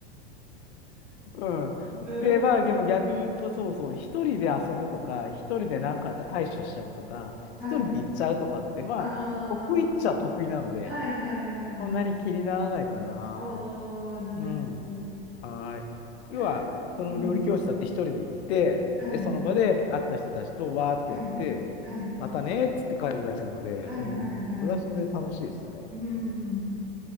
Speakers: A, on the left; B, in the centre.
A: <laughs> うん。
B: <laughs> なるほど。
A: で、まあでも逆に言うと、そうそう、一人で遊ぶとか、一人でなんか対処しちゃうとか、
B: はい。
A: 一人で行っちゃうとかって、まあ、
B: あ
A: 得意っちゃ得意なので、
B: あ、はいはいはいはい。
A: そんなに気にならないかな。
B: ああ、なるほど。
A: うん。はい。要は、
B: なんか、
A: その料理教室だって一人で行って、
B: うん、はい、
A: で、その場で会った人たちとわーってやって、
B: はい、はい、
A: またねーっつって帰るだけなので、
B: はい、
A: うん。
B: はい、はい。
A: それはそれで楽しいですよね。
B: うん。
A: うん。